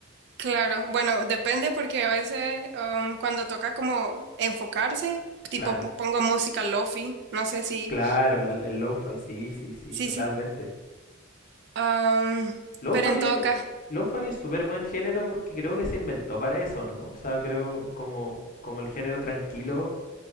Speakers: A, on the right; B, on the left.
A: Claro, bueno, depende porque a veces um, cuando toca como enfocarse, tipo
B: claro.
A: p- pongo música lofi, no sé si,
B: Claro, la- el lo-fi, sí, sí, sí,
A: sí,
B: totalmente.
A: sí, um,
B: Lo-fi
A: pero en todo
B: es,
A: caso,
B: lo-fi es súper buen género porque creo que se inventó para eso, ¿no? O sea, creo como, como el género tranquilo,